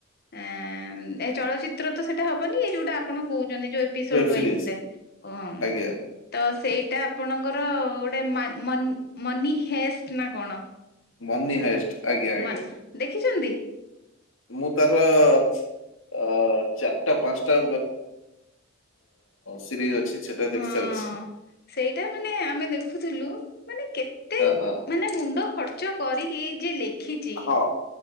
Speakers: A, on the left; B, on the left.
A: ଏଁ ଏ ଚଳଚିତ୍ର ତ ସେଟା ହବନି ଯୋଉଟା ଆପଣ କହୁ ଏପିସୋଡ
B: ୱେବ ସିରିଜ
A: ୱଇଜରେ <unintelligible>
B: ଆଜ୍ଞା
A: ତ ସେଇଟା ଆପଣଙ୍କ ଗୋଟେ ମନି ହେଷ୍ଟ ନା କଣ?
B: Money heist. ଆଜ୍ଞା ଆଜ୍ଞା
A: ମା ଦେଖିଚନ୍ତି?
B: ମୁଁ ତାର ଅ ଚାରଟା ପାଞ୍ଚଟା ସିରିଜ ଅଛି ସେଟା ଦେଖି
A: ହଁ
B: ସାରିଛି।
A: ସେଇଟା ମାନେ ଆମେ ଦେଖୁଥିଲୁ ମାନେ କେତେ
B: ହଁ ହଁ
A: ମାନେ ମୁଣ୍ଡ ଖର୍ ନଚ କରିକି ଯିଏ ଲେଖିଚି
B: ହଁ